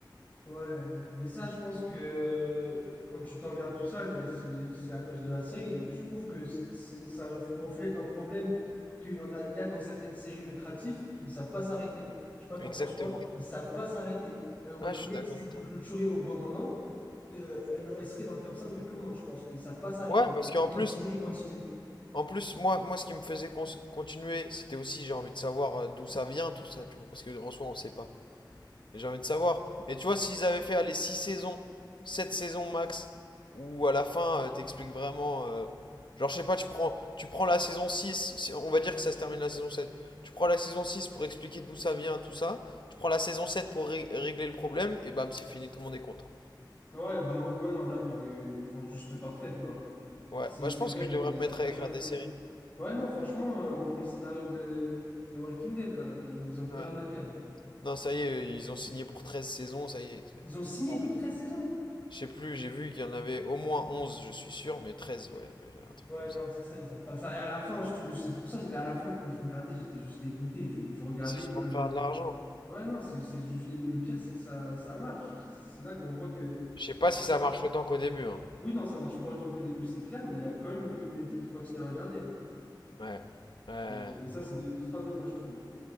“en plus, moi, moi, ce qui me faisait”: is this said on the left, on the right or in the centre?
Left